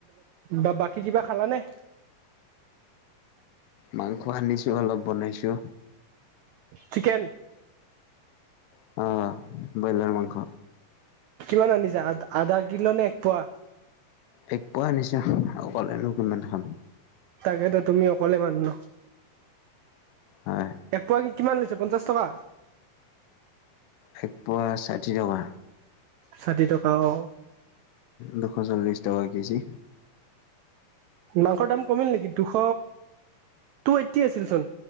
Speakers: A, on the right; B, on the left.
A: বা, বাকী কিবা খালানে?
B: মাংস আনিছো, অলপ বনাইছো।
A: চিকেন।
B: অ', ব্ৰইলাৰ মাংস
A: কিমান আনিছা, আ-আধা কিল' নে এক পোৱা?
B: এক পোৱা আনিছোঁ, অকলেনো কিমান খাম।
A: তাকেতো তুমি অকলে মানুহ ন?
B: হয়
A: এক পোৱা কি- কিমান লৈছে পঞ্চাছ টকা?
B: এক পোৱা ষাঠি টকা।
A: ষাঠি টকা অ'।
B: দুশ চল্লিশ টকা কেজি।
A: মাংসৰ দাম কমিল নেকি? দুশ টু এইটটি আছিল চোন